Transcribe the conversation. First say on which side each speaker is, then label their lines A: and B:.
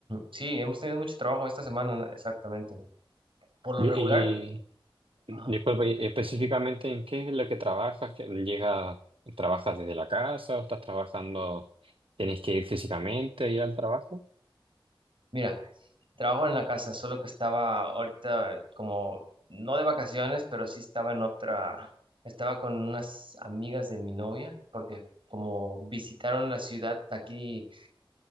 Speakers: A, on the right; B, on the right.
A: Sí, hemos tenido mucho trabajo esta semana, ¿no? exactamente. Por lo
B: Y,
A: regular,
B: y-
A: ajá,
B: disculpa, ¿y específicamente en qué es lo que trabajas? ¿Que ¿Llega, trabajas desde la casa o estás trabajando, tienes que ir físicamente ahí al trabajo?
A: mira, trabajo en la casa, solo que estaba ahorita como, no de vacaciones, pero sí estaba en otra, estaba con unas amigas de mi novia, porque como visitaron la ciudad, aquí,